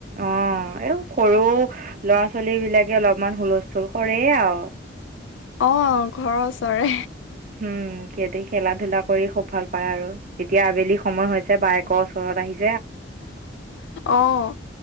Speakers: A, on the right (about 45°); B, on the left (about 85°).
A: অ', এ, সৰু ল'ৰা ছোৱালী বিলাকে অলপমান হুলথূল কৰেই আউ
B: অ', ঘৰৰ ওচৰে
A: উম, সিহঁতি খেলা ধূলা কৰি খুব ভাল পায় আৰু এতিয়া আবেলি সময় হৈছে বায়েকৰ ওচৰত আহি
B: অ',